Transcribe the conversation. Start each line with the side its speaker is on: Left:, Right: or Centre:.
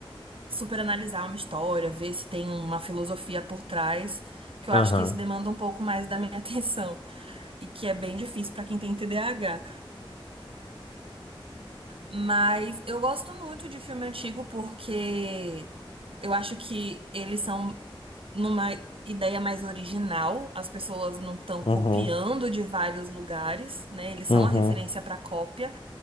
Right: super analisar uma história, ver se tem uma filosofia por trás, porque
Left: aham,
Right: eu acho que isso demanda um pouco mais da minha <laughs> atenção e que é bem difícil para quem tem TDAH. Mas eu gosto muito de filme antigo porque eu acho que eles são numa ideia mais original, as pessoas não estão copiando
Left: uhum,
Right: de vários lugares, né? Eles são
Left: uhum,
Right: a referência para cópia.